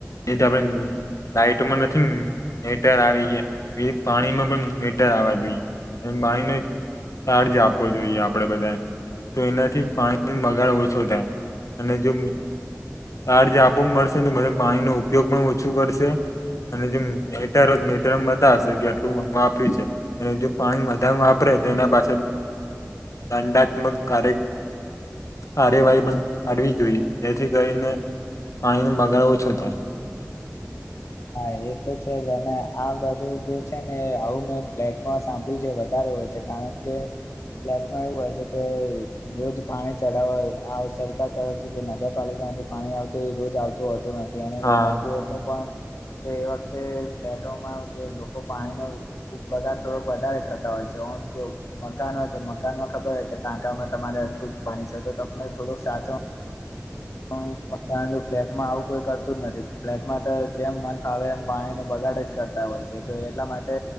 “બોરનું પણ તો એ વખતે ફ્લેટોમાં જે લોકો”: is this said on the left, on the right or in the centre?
Left